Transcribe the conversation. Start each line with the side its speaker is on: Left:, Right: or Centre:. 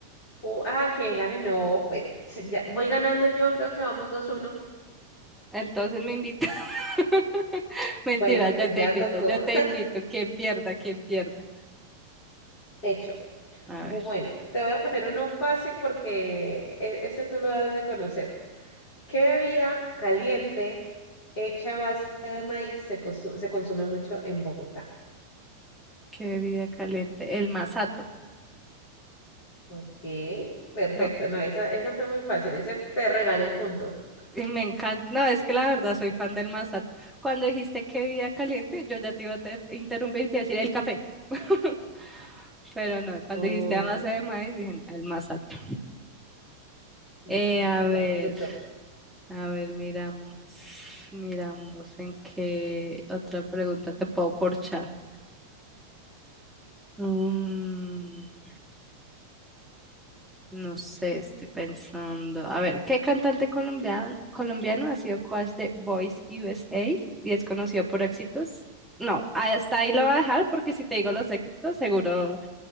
Left: o ah, quién gane, no, pues <laughs> ya voy ganando yo, creo que vamos dos uno
Centre: Entonces me invita. <laughs> Mentira,
Left: Bueno, pues
Centre: yo te
Left: ya
Centre: invito,
Left: tocó.
Centre: yo te
Left: <laughs>
Centre: invito. Quien pierda, quien pierda.
Left: Hecho.
Centre: A
Left: Bueno,
Centre: ver.
Left: te voy a poner uno fácil porque e- este tú lo has de conocer. ¿Qué bebida caliente hecha a base de maíz se, consu- se consume mucho en Bogotá?
Centre: Qué bebida caliente. El masato,
Left: Ok, perfecto.
Centre: ¿no?
Left: No, esa, esa fue muy fácil. Ese te regalé el punto.
Centre: Y me encanta. No, es que la verdad soy fan del masato. Cuando dijiste qué bebida caliente, yo ya te iba a te- interrumpir y te iba a decir el café. <laughs> Pero no, cuando
Left: Oh,
Centre: dijiste a base de maíz, dije "No, el masato.
Left: listo,
Centre: Eh,
Left: listo.
Centre: a ver,
Left: Tu turno.
Centre: a ver, miramos, miramos en qué otra pregunta te puedo corchar. Mm, No sé, estoy pensando. A ver, ¿qué cantante colombiano, colombiano ha sido coach de Voice USA y es conocido por éxitos? No, hasta ahí lo voy a dejar porque si te digo los éxitos, seguro